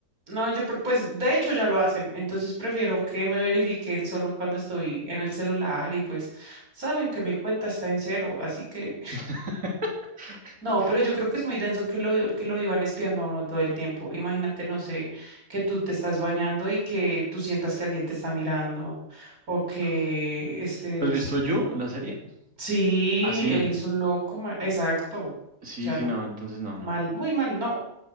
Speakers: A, on the right; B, on the right.
A: No, yo, pre- pues de hecho ya lo hacen, entonces prefiero que me verifiquen solo cuando estoy en el celular y pues saben que mi cuenta está en cero, así que
B: <laughs>
A: No, pero yo creo que es muy denso que lo, que lo iban espiando a uno todo el tiempo. Imagínate, no sé, que tú te estás bañando y que tú sientas que alguien te está mirando o que
B: Rico.
A: estés...
B: ¿Tú has visto You, la serie?
A: Sí,
B: Ah, sí,
A: él es un loco, ma- exacto. O
B: sí,
A: sea,
B: sí,
A: no,
B: no, entonces no,
A: mal,
B: no, no.
A: muy
B: yo-
A: mal, no.